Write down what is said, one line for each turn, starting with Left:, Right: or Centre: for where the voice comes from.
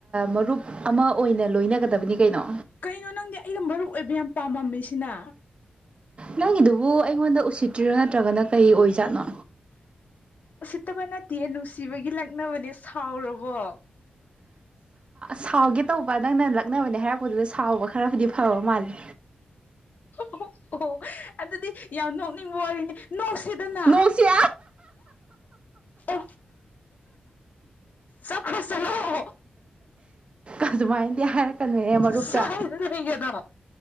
Right: ꯃꯔꯨꯞ ꯑꯃ ꯑꯣꯏꯅ ꯂꯣꯏꯅꯒꯗꯕꯅꯤ ꯀꯩꯅꯣ꯫
Left: ꯀꯩꯅꯣ ꯅꯪꯗꯤ ꯑꯩꯒ ꯃꯔꯨ ꯑꯣꯏꯕ ꯌꯥꯝ ꯄꯥꯝꯃꯝꯃꯤꯁꯤꯅ꯫
Right: ꯅꯪꯒꯤꯗꯨꯕꯨ ꯑꯩꯉꯣꯟꯗ ꯎꯁꯤꯠꯇ꯭ꯔꯣ ꯅꯠꯇ꯭ꯔꯒꯅ ꯀꯔꯤ ꯑꯣꯏꯔꯤꯖꯥꯠꯅꯣ
Left: ꯐꯠꯇꯕ ꯅꯠꯇꯌ ꯅꯨꯡꯁꯤꯕꯒꯤ ꯂꯛꯅꯕꯅꯦ ꯁꯥꯎꯔꯕꯣ꯫
Right: ꯁꯥꯎꯒꯦ ꯇꯧꯕ ꯅꯪꯅ ꯂꯛꯅꯕꯅꯦ ꯍꯥꯏꯔꯛꯄꯗꯨꯗ ꯁꯥꯎꯕ ꯈꯔꯕꯨꯗꯤ ꯐꯔꯦ ꯐꯕꯥ ꯃꯥꯅꯤ
Left: ꯑꯣ ꯑꯣ ꯑꯗꯨꯗꯤ ꯌꯥꯝ ꯅꯣꯛꯅꯤꯡꯕ ꯋꯥꯔꯤ ꯅꫭꯛꯁꯤ ꯁꯤꯗꯅ꯫
Right: ꯅꯣꯛꯁꯦ
Left: ꯍꯤ ꯆꯠꯈꯔꫭ ꯆꯠꯔꫭ
Right: ꯑꯗꯨꯃꯥꯏꯅꯗꯤ ꯍꯥꯏꯔꯛꯀꯅꯨ ꯍꯦ ꯃꯔꯨꯞꯇ꯫
Left: ꯁ꯭ꯋꯥꯏꯗ ꯂꯩꯒꯗꯣ